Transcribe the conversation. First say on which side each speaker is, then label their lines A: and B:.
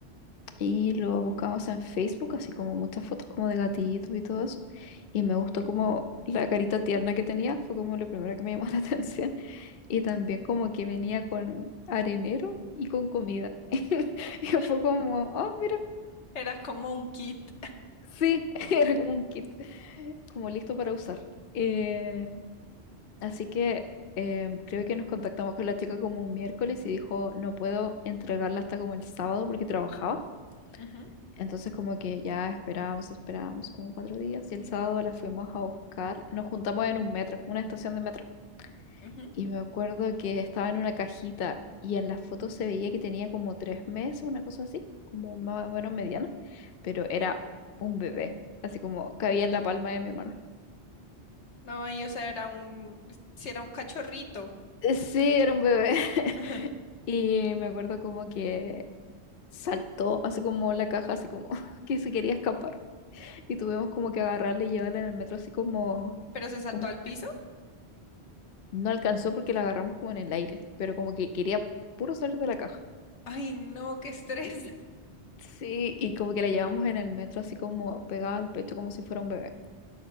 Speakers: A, on the left; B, on the left.
A: Y lo buscamos en Facebook, así como muchas fotos como de gatitos y todo eso. Y me gustó como la carita tierna que tenía, fue como lo primero que me llamó <laughs> la atención. Y también como que venía con arenero y con comida. <laughs> Y
B: <laughs>
A: fue como, oh, mira,
B: Era como un kit.
A: Sí, <laughs> era como un kit, como listo para usar. Eh, así que eh, creo que nos contactamos con la chica como un miércoles y dijo, no puedo entregarla hasta como el sábado porque trabajaba.
B: Ujú,
A: Entonces como que ya esperábamos, esperábamos como cuatro días y el sábado la fuimos a buscar. Nos juntamos en un metro, una estación de metro.
B: ujú.
A: Y me acuerdo que estaba en una cajita y en la foto se veía que tenía como tres meses, una cosa así, como más o menos mediana, pero era un bebé, así como cabía en la palma de mi mano.
B: No, y o sea, era un, si era un cachorrito.
A: Eh, Sí, era un bebé. <laughs>
B: <laughs> Ajá.
A: Y me acuerdo como que saltó, así como la caja, así como <laughs> que se quería escapar. Y tuvimos como que agarrarla y llevarla en el metro, así como,
B: Pero se saltó
A: como
B: al piso.
A: no alcanzó porque la agarramos como en el aire, pero como que quería puro salir de la caja.
B: Ay, no, qué estrés.
A: Sí, y como que la llevamos en el metro así como pegada al pecho como si fuera un bebé.